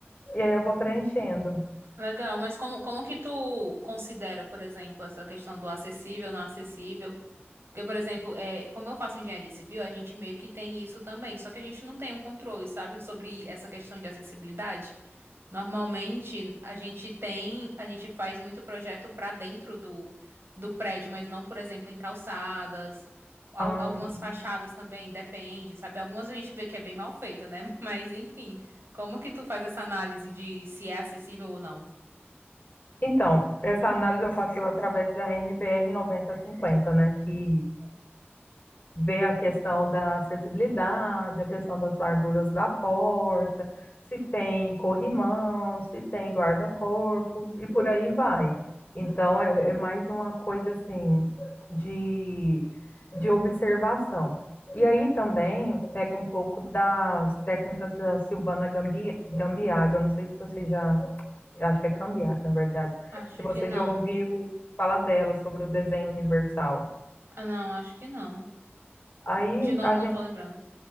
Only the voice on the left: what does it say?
E aí eu vou preenchendo.
Ah,
então, essa análise eu faço através da NBR 9050, né? Que ver a questão da acessibilidade, a questão das larguras da porta, se tem corrimão, se tem guarda-corpo e por aí vai. Então, é, é mais uma coisa assim de, de observação. E aí também pega um pouco das técnicas da Silvana Gambi, Gambiaga, eu não sei se você já, acho que é Gambiaga, na verdade,
se você
já ouviu falar dela sobre o desenho universal.
Aí
a